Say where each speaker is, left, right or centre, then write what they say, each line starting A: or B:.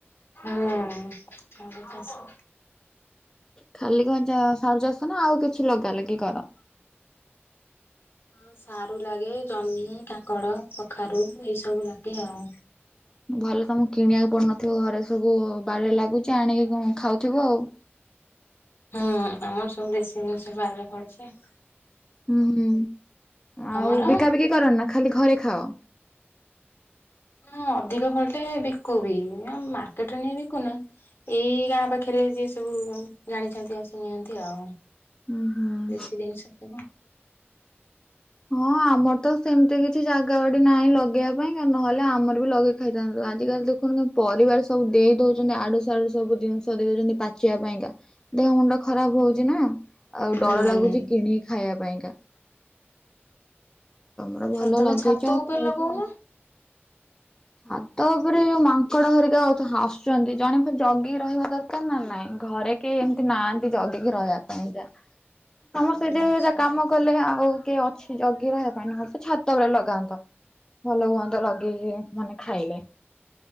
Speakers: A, on the left (about 60°); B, on the left (about 15°).
A: ହୁଁ ଆମର ଚାଷ
B: ଖାଲି କଣ ସାରୁ ଚାଷ ନା ଆଉ କିଛି ଲଗା ଲାଗି କର?
A: ହଁ ସାରୁ ଲାଗେ ଜହ୍ନି, କାଙ୍କଡ଼, କଖାରୁ ଏଇ ସବୁ ଲାଗେ ଆଉ।
B: ଭଲ ତମକୁ କିଣିବାକୁ ପଡୁନଥିବ ଘରେ ସବୁ ବାଡିରେ ଲାଗୁଛି ଆଣିକି ଖାଉଥିବ ଆଉ।
A: ହୁଁ ଆମର ସବୁ ଦେଶୀ ଜିନିଷ ବାଡିରେ ଫଳୁଛି ଆଉ।
B: ହୁଁ ହୁଁ
A: ତମର?
B: ଆଉ ବିକା ବିକି କରନା ଖାଲି ଘରେ ଖାଅ? ହ <inaudible>
A: ହଁ ଅଧିକ ଫଳିଲେ ବିକୁ ବିି ମାର୍କେଟରେ ନେଇ ବିକୁନା ଏଇ ଗାଁ ପାଖରେ ଯିଏ ସବୁ ଜାଣିଛନ୍ତି ଆସିକି ନିଅନ୍ତି ଆଉ।
B: ଉଁ ହୁଁ
A: ଦେଶୀ ଜିନିଷ ସବୁ।
B: ହଁ ଆମର ତ ସେମିତି କିଛି ଜାଗା ବାଡି ନାହିଁ ଲଗେଇବା ପାଇଁ ନହେଲେ ଆମର ବି ଲଗେଇ ଖାଇଥାନ୍ତୁ ଆଜିିକାଲି ଦେଖନ୍ତୁ ପରିବାର ସବୁ ଦେଇ ଦଉଛନ୍ତି ଇଆଡୁ ସିଆଡୁ ସବୁ ଜିନିଷ ଦେଇ ଦଉଛନ୍ତି ପାଚିବା ପାଇଁକା ଦେହ ମୁଣ୍ଡ ଖରାପ ହଉଛି ନା ଆଉ
A: ହୁଁ।
B: ଡର ଲାଗୁଛି କିଣିକି ଖାଇବା ପାଇଁକା। ତମର ଭଲ
A: ହଁ ତମେ
B: ଲଗେଇଛ
A: ଛାତ
B: ଆଉ
A: ଉପରେ
B: ଖାଉଛ।
A: ଲଗଉନ
B: ଛାତ ଉପରେ ଯୋଉ ମାଙ୍କଡ ହରିକା ଆସୁଛନ୍ତି ଜଣେ ତ ଜଗିକି ରହିବା ଦରକାର ନା ନାଇଁ ଘରେ କେହି ଏମିତି ନାହାନ୍ତି ଜଗିକି ରହିବା ପାଇଁ, ସମସ୍ତେ
A: ଆଚ୍ଛା।
B: ଯେ କାମ କଲେ ଆଉ କିଏ ଅଛି ଜଗି ରହିବା ପାଇଁ ନ ହେଲେ ତ ଛାତ ଉପରେ ଲଗାନ୍ତ। ଭଲ ହୁଅନ୍ତା ଲଗେଇକି ମାନେ ଖାଇଲେ।